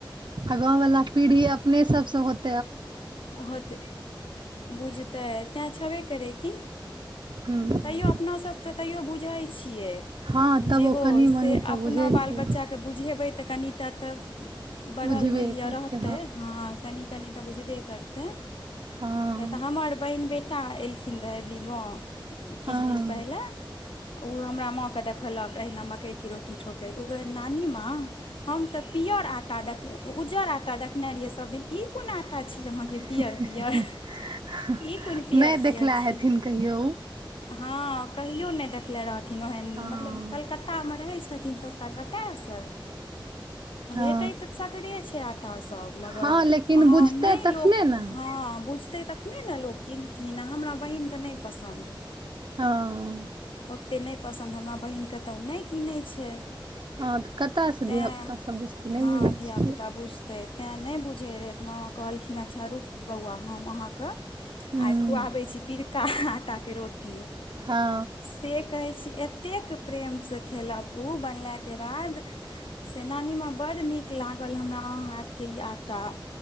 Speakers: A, on the right; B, on the left.
A: आ गाँंव वालला पीढ़ी अपने सबसँ होत
B: बहुत बुझतै तैं छबे करै की
A: हूँ
B: तैयो अपना सब तऽ तैयो बुझै छियै।
A: हँ तब
B: जे
A: ओ
B: हो
A: कनि मनि
B: से
A: तऽ
B: अपना
A: बुझै
B: बाल
A: छियै
B: बच्चाकेँ बुझेबै तऽ कनि टा तऽ, बढ़ल
A: बुझबे
B: मैन लिआ
A: करतै
B: रहतै हँ कनि - कनि तऽ बुझबे करते
A: हँ
B: क्या तऽ हमर बहिन बेटा ऄल खिन रहैबरी गाँव किछ
A: हँ
B: दिन पहिले ऊ हमरा माँकेँ देखलक एहिना मकइके रोटी ठोकैत ओ कहे नानी माँ हम तऽ पियर आटा देख उज्जर आटा देखने रहियै सभदिन ई कोन आटा छी, अहाँके
A: हैं
B: पियर पियर
A: है
B: ई कोन पियर
A: नहि
B: पियर
A: देखले
B: छी
A: हेथिन कहियौ ऊ
B: हँ कहियो नै देखने रहथिन ओहन
A: हँ
B: मतलब कलक कलकत्ता में रहै छथिन त कत सँ
A: हँ
B: भेट त सगरे छै, टा सब मगर
A: हँ लेकिन
B: हँ
A: बुझतै
B: नै
A: तखने
B: लोक
A: ने
B: हँ बुझतै तखने ने लोक किनथिन आ हमरा बहिनके नहि पसन्द
A: हँ
B: ओते नय पसन्द हमरा बहिनके तऽ ओ नई किनै छै।
A: हँ तऽ कतयसँ
B: तै
A: धियापुता सब बुझतै नहि
B: हँ
A: बुझै
B: धिया-पुता
A: छियै
B: बुझ तऽ तै नहि बुझै रहैऽ मांँ कहलखिन है अच्छा रुक बौआ हम अहाँके
A: हूँ
B: आए खुआबै छी पिरका आटाके रोटी
A: हँ
B: से कहै छी। एतेक प्रेमस खेलक ऊ बनलाके बाद से नानीमाँ बड्ड नीक लागल हमरा अहा हाथके ई आटा